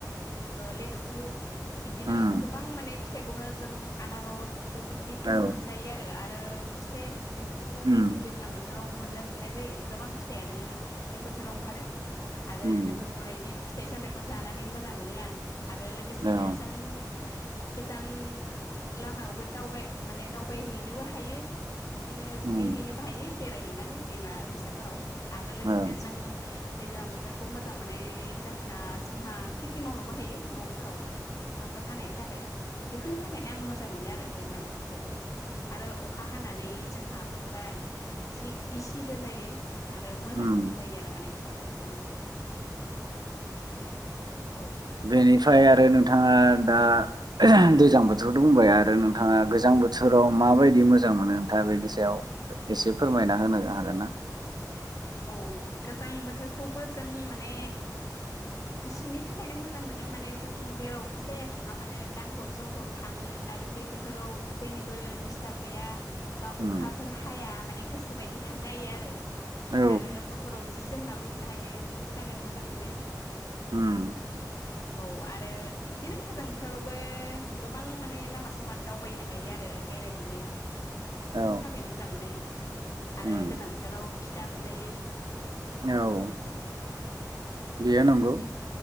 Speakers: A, on the left; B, on the right.
A: लेथुखु बिदिनो
B: उम
A: गोबां माने फिथाइखौनो जों आान र'स फोरदिखौ
B: औ
A: मोनजायो आरो आरो खुसेर बेफोरदिखौ
B: उम
A: जों दैज्लां बोथोराव मोन जाजोबनाय जायो गोबां फिथाइानो बे बोथोराव ओंखारो आरो
B: उम
A: बेफोरबायदि फिथाइ सामथाइखौ जानानै मोजां मोनो आं आरो लोगोसेनो
B: औ
A: जों गोजान लामायावबो दावगाय माने दावबायहैनोबो हायो बिदिनो दुगै
B: उम
A: हैैनोबो हायो बेरायहैनानै दैमा दैसाफोराव आरो लोगोसे
B: औ
A: जों दैज्लां बोथोरखौ मोजां मोनो जाहोना जोंहा खिटि मावनोबो हायो न'फोराव अखाफोर हानायनि थाखाय बेफोर नि थाखायनो आं मोजां मोनो आरो दैज्लां बोथोरखौ आरो अखा हानानै जोंहा बोथोरा एसि गिसिबो जायो आरो मोजां
B: उम
A: जायो आरो माने बिदिनो औ
B: बेनिफाय आ आरो नोंथाङा दा दैज्लां बोथोराथ' बुंबाय आरो नोंथाङा गोजां बोथोराव माबायदि मोजां मोनो नोंथा बेनि सायाव एसे फोरमायना होनो हागोन ना
A: औ गोजां बोथोरखौबो जों माने गुसुनि थाखायनो मोजां मोनो माने जों जेरावखि जाया थाङा मानो गानफब जोमफब थाङो आरो बे बोथोराव जेनिबो डिस्टाब गैया बा
B: उम
A: अखाफोर हाया माने गोसो बायदि थांनो हायो
B: औ
A: आरो हरफोराव जि जोमना उन्दुनो हायो बेफोरनि थाखाय मोजां मोनो
B: उम
A: औ आरो बिदिनो गोजां बोथोरावबो गोबां माने लामा सामा दावबायनो हायो आरो बेरायहैनो बेफोरनि
B: औ
A: थाखाय मोजां मोनो आरो
B: उम
A: गोजां बोथोराव फिथा मोन जायो
B: औ बियो नोंगौ